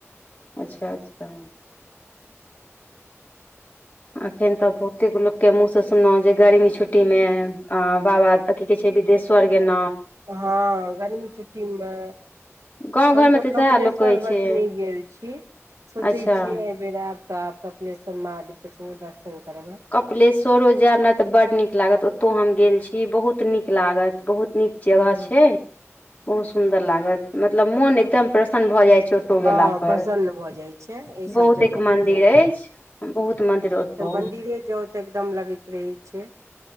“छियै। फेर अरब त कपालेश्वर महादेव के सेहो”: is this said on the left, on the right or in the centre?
Right